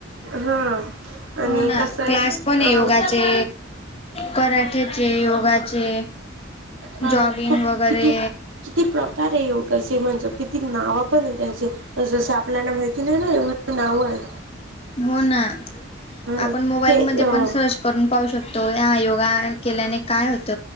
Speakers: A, on the right (about 85°); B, on the left (about 30°).
A: हा आणि
B: हो ना
A: कसं आहे
B: क्लास पण आहे
A: अ
B: योगाचे कराठ्याचे योगाचे
A: हा
B: जॉगिंग
A: खूप
B: वगैरे.
A: किती किती प्रकार आहे योगा अस म्हणजे किती नाव पण आहे त्यांचे जसं आपल्याला माहिती नाही ना एव नाव आहे.
B: हो ना आपण
A: अ
B: मोबाईलमध्ये
A: ते अ
B: पण सर्च करून पाहू शकतो ह योगा केल्याने काय होत.